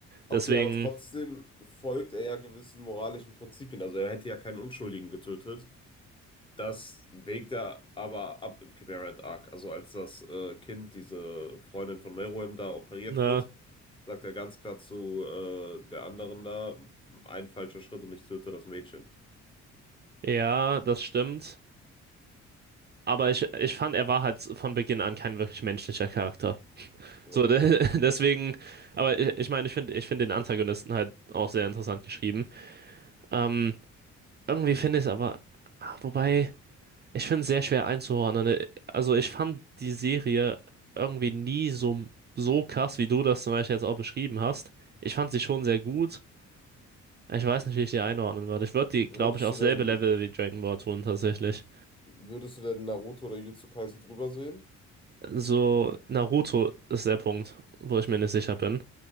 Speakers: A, on the left (about 15°); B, on the right (about 35°).
A: Okay,
B: Deswegen,
A: aber trotzdem folgt er ja gewissen moralischen Prinzipien. Also er hätte ja keinen Unschuldigen getötet. Das wägt er aber ab im Chimera and Arc. Also als das äh, Kind, diese Freundin von Meruem da operiert
B: ne,
A: wird, sagt er ganz klar zu äh, der anderen da, ein falscher Schritt und ich töte das Mädchen.
B: ja, das stimmt. Aber ich, ich fand, er war halt von Beginn an kein wirklich menschlicher Charakter.
A: Okay.
B: So, de <laughs> deswegen, aber ich, ich meine, ich finde ich find den Antagonisten halt auch sehr interessant geschrieben. Ähm, irgendwie finde ich es aber, ah, wobei, ich finde es sehr schwer einzuordnen. Äh, Also, ich fand die Serie irgendwie nie so, so krass, wie du das zum Beispiel jetzt auch beschrieben hast. Ich fand sie schon sehr gut. Ich weiß nicht, wie ich die einordnen würde. Ich würde die, glaube
A: Würdest
B: ich, aufs
A: du denn,
B: selbe Level wie Dragon Ball tun, tatsächlich.
A: würdest du denn Naruto oder Jujutsu Kaisen drüber sehen?
B: So, Naruto ist der Punkt, wo ich mir nicht sicher bin.